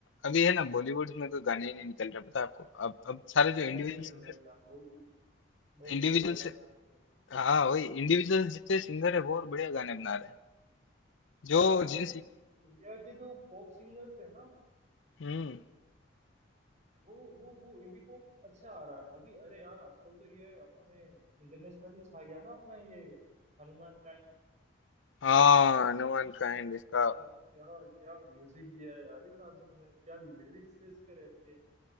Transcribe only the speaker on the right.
नहीं निकल
रहे हैं यार बहुत ही बहुत
ही घटिया गाने आ रहे हैं वो।
हाँ
मतलब
इंडिया के जो पॉप सिंगर्स है ना
वो वो वो इंडी पॉप अच्छा आ रहा है अभी अरे यार आजकल तो ये अपने इंटरनेशनली छा गया ना अपना ये हनुमान काइंड
और क्या क्या म्यूजिक दिया है यार इस आदमी ने क्या लिरिक्स है इसके रैप के